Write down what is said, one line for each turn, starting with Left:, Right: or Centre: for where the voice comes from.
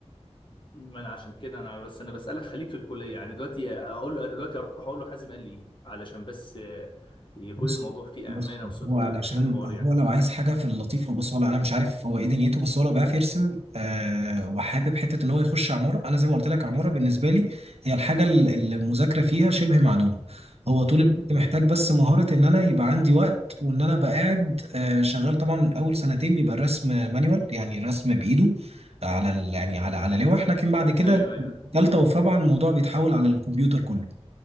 Left: ما انا عشان كده انا بس انا بسالك خليك في الكليه يعني دلوقتي اقول له انا دلوقتي اروح اقول له حازم قال لي ايه علشان بس آه، يكون
Right: بص
Left: الموضوع فيه
Right: بص
Left: امانه وصدق
Right: هو علشان
Left: في الحوار
Right: هو
Left: يعني
Right: لو عايز حاجه في اللطيفه بص هو انا مش عارف هو ايه دنيته بس هو لو بيعرف يرسم آه وحابب حته ان هو يخش عماره انا زي ما قلت لك عماره بالنسبه لي هي الحاجه ال- اللي المذاكره فيها شبه معدومه هو طول
Left: امم
Right: الوقت محتاج بس مهاره ان انا يبقى عندي وقت وان انا ابقى قاعد آه شغال طبعا اول سنتين بيبقى الرسم مانيوال يعني الرسم بايده على ال- يعني على على لوح لكن بعد كده
Left: ايوه ايوه
Right: تالتة وفي رابعة الموضوع بيتحول على الكمبيوتر كله